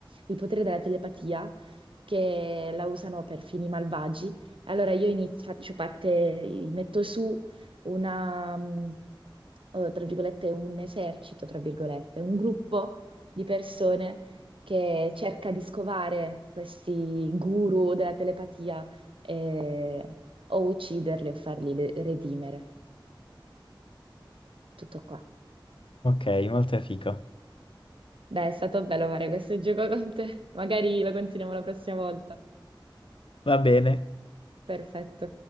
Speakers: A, on the right; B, on the left.
A: il potere della telepatia che la usano per fini malvagi. Allora io inizio- faccio parte, metto su una, mm, eh, tra virgolette, un esercito, tra virgolette, un gruppo di persone che cerca di scovare questi guru della telepatia e- o ucciderli o farli le- redimere. Tutto qua.
B: ok, molto fico.
A: Beh, è stato bello fare questo gioco con te. Magari lo continuiamo la prossima volta.
B: Va bene.
A: Perfetto.